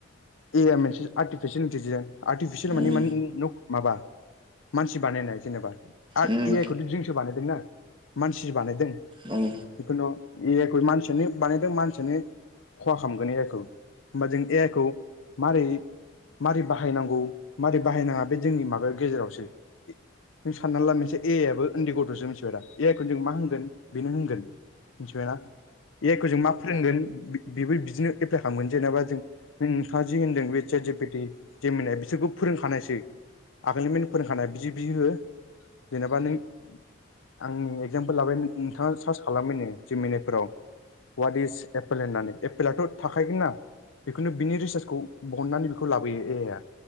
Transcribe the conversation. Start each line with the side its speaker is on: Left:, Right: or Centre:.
Left: ए आइ आ मोनसे आर्टिफिसियेल इन्टिलिजेन्स आर्टिफिसियेल
Right: उम
Left: माने नो माबा मानसि बानायनाय जेनेबा आर
Right: उम
Left: ए आइ खौ बिदजों बानायदोंना मानसिसो बानायदों।
Right: उम।
Left: जिखुनु ए आइखौ मानसियानो बानायदों मानसियानो खहा खालामगोन ए आइ खौ होमबा जों ए आइ खौ मारै मारै बाहायनांगौ मारै बाहायनाङा बे जोंनि माबायाव गेजेरावसो। नों साननानै ला मोनसे ए आइ आआबो उन्दै गथ'सो मिथिबाय दा ए आइ खौनो जों मा होनगोन बेनो होनगोन। मिथिबायना ए आइ खौ जों मा फोरोंगोन बेबो बिदिनो एप्लाइ खालामगोन जेनेबा जों नोंथाङा जि होनदों बे चेट जिपिटि जेमिनाय बिसोरखौ फोरोंखानायसै। आगोलनि मेन फोरोंखानाय बिदि बिदि हो जेनेबा नों आंनि एगजामफोर लाबाय नोंथाङा सार्च खालामबायनो जेमिनायफोराव वाट इज एपेल होननानै एपलाथ' थाखायगोन ना। खुनु बिनि रिसार्चखौ बहननानै बेखौ लाबोयो ए आइ आ